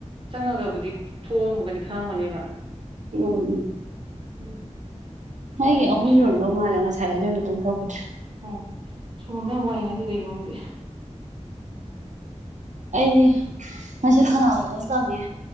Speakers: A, on the right; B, on the right.
A: ꯆꯪꯉꯒꯕꯨꯗꯤ ꯊꯣꯛꯑꯝꯒꯅꯤ ꯈꯪꯉꯝꯒꯅꯦꯕ꯫
B: ꯎꯝ ꯎꯝ
A: ꯎꯝ
B: ꯍꯣꯏ ꯑꯩꯒꯤ
A: ꯀꯩꯅꯣ
B: ꯑꯍꯨꯝꯁꯨꯔꯝꯗꯧ
A: ꯉꯁꯤ
B: ꯃꯥꯜꯂꯦ ꯉꯁꯥꯏ ꯑꯗꯨꯏ ꯃꯇꯨꯡ ꯇꯧꯈꯤꯗ꯭ꯔꯦ꯫
A: ꯎꯝ ꯁꯣꯔ ꯍꯣꯟꯕ ꯃꯌꯥꯝ ꯋꯥꯏꯉꯁꯤꯁꯦ ꯀꯩꯒꯤꯅꯣ ꯈꯪꯗꯦ꯫
B: ꯑꯩꯗꯤ ꯉꯁꯤ ꯈꯅꯥꯎꯒ ꯂꯣꯏ ꯀꯪꯉꯦ